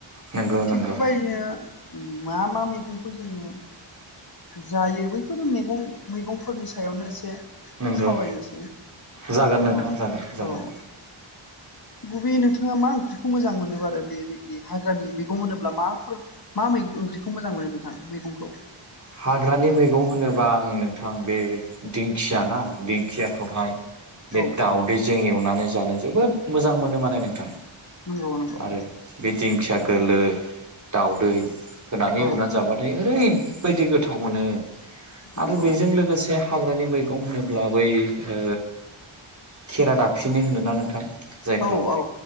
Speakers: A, on the right; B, on the left.
A: नंगौ नंगौ
B: थिग बेबायदिनो मा मा मैगंखौ जोङो जायो बैफोरो मैगं मैगंफोरनि सायावनो एसे
A: नंगौ
B: सावरायनोसै
A: जागोन नोंथां
B: औ
A: जागोन जागोन
B: औ बबे नोंथाङा मा ओंख्रिखौ मोजां मोनो आरो बेबायदि बे हाग्रानि मैगं होनोब्ला माफोर मा मै ओंख्रिखौ मोजां मोनो नोंथां मैगंखौ?
A: हाग्रानि मैगं होनोबा आं नोंथां बे दिंखिया ना दिंखियाखौहाय बे
B: औ
A: दाउदैजों एवनानै जानो जोबोद मोजां मोनो माने नोंथां
B: नंगौ नंगौ।
A: आरो बे दिंखिया गोलै दाउदै होनानै
B: औ
A: एवनानै जाबाथाय ओरै बायदि गोथाव मोनो
B: नंगौ
A: आरो बेजों लोगोसे हाग्रानि मैगं होनोब्ला बै ओ खेरा दाफिनो होनोना नोंथां जायखौ
B: औ औ